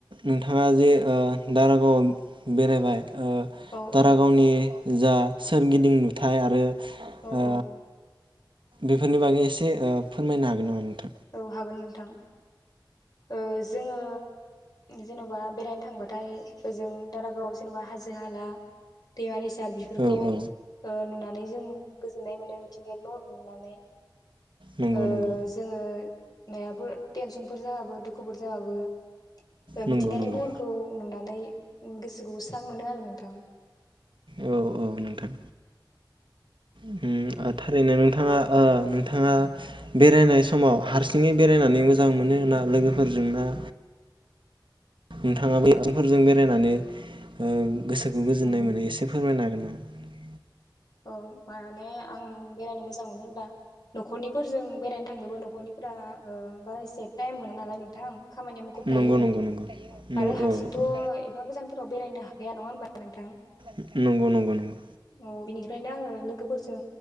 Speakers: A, on the right; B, on the left.
A: नोंथाङा जे ओ दारागावआव बेरायबाय ओ
B: औ
A: दारागावनि
B: औ
A: जा सोरगिदिं नुथाय आरो
B: औ
A: ओ
B: औ
A: बेफोरनि बागै एसे ओ फोरमायनो हागोन नामा नोंथां
B: औ हागोन नोंथां ओ जोङो जेन'बा बेरायनो थांबाथाय ओजों दारागाव जेन'बा हाजो हाला दैमा दैसा दा बिफोरखौ
A: औ औ
B: ओ नुनानै जों गोजोन्नाय मोनो मिथिंगायारिनि महरखौ नुनानै
A: नंगौ
B: ओ
A: नंगौ
B: जोङो नायाबो टेनसनफोर जाबाबो दुखुफोर जाबाबो
A: नंगौ
B: मिथिंगानि
A: नंगौ
B: महरखौ नुनानै गोसोखौ स्रां मोनो आरो नोंथां
A: औ औ नोंथां उम थारैनो नोंथाङा ओ नोंथाङा बेरायनाय समाव हारसिङै बेरायनानै मोजां मोनो ना लोगोफोरजों ना? नोंथाङाबो आथिंफोरजों बेरायनानै ओ गोसोखौ गोजोननाय
B: उम
A: मोनो एसे फोरमायनो होगोन <unintelligible>
B: ओं माने आं बेरायनो मोजां मोनो होनबा न'खरनिफोरजों बेरायनो थांनोबो न'खरनिफोरा ओ बारा एसे टाइम मोना नालाय नोंथां खामानिया मुखुब थायो
A: नों नंगौ नंगौ नंगौ औ
B: आरो
A: औ
B: हारसिंथ'
A: औ थ'
B: एफा गोजानफोराव बेरायनो हा या नङा होनोमबा नोंथां
A: हो नंगौ नंगौ नंगौ
B: औ बेनिफ्रायनो आङो लोगोफोरजों